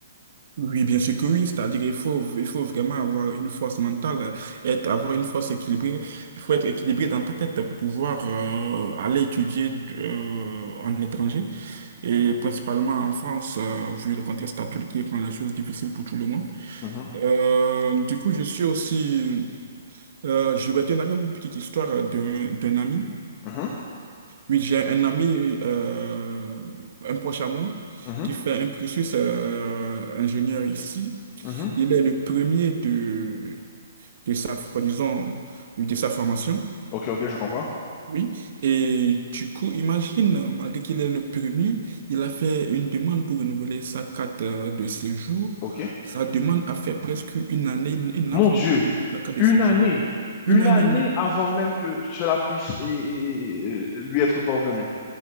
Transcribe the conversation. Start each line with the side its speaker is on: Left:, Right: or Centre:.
Right: Oui, bien sûr que oui, c'est-à-dire il faut, il faut vraiment avoir une force mentale, être, avoir une force équilibrée. Il faut être équilibré dans ta tête pour pouvoir euh, aller étudier euh, en étranger et principalement en France, euh, vu le contexte actuel qui rend les choses difficiles pour tout le monde.
Left: Mhm,
Right: Euh, du coup, je suis aussi, euh, je vais te narrer une petite histoire d'un d'un ami.
Left: mhm,
Right: Oui, j'ai un ami, euh, un proche à moi,
Left: mhm,
Right: qui fait un cursus euh, ingénieur ici.
Left: mhm.
Right: Il est le premier de, de sa, disons, de sa formation.
Left: Ok, ok, je comprends.
Right: Oui. Et du coup, imagine, malgré qu'il est le premier, il a fait une demande pour renouveler sa carte euh, de séjour.
Left: Ok.
Right: Sa demande a fait presque une année. Il il n'a
Left: Mon
Right: pas
Left: Dieu,
Right: encore eu sa carte de
Left: Une
Right: séjour.
Left: année,
Right: Une
Left: une
Right: année,
Left: année
Right: oui.
Left: avant même que cela puisse et- et- et, euh, lui être parvenu.